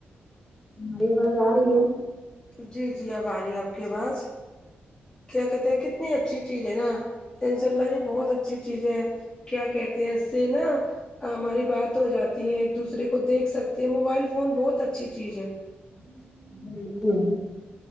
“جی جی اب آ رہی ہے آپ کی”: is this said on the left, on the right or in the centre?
Left